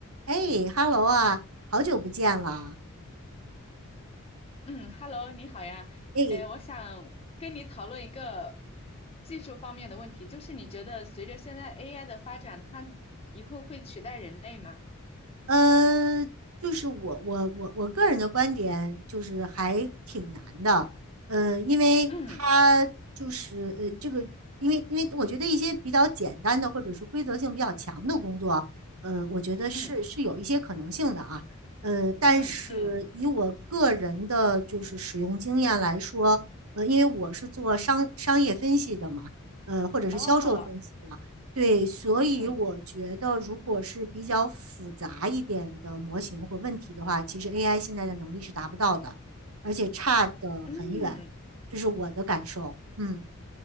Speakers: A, on the right; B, on the left.
A: 哎哈喽啊，好久不见了。
B: 嗯，Hello，你好呀。
A: 哎，
B: 哎，我想跟你讨论一个技术方面的问题，就是你觉得随着现在 AI 的发展，它以后会取代人类吗？
A: 呃，就是我我我我个人的观点就是还挺难的，呃，因为他就是呃这个，
B: 嗯
A: 因为因为我觉得一些比较简单的或者是规则性比较强的工作，呃，我觉得是是有一些可能性的啊，
B: 嗯
A: 呃，但是以我个人的就是使用经验来说，
B: 嗯嗯，
A: 呃，因为我是做商商业分析的嘛。呃，或者是销售分析的，
B: 哦，
A: 对，所以我觉得，
B: 嗯
A: 如果是比较复杂一点的模型或问题的话，其实 AI 现在的能力是达不到的，而且差得很远，
B: 嗯
A: 这是我的感受。嗯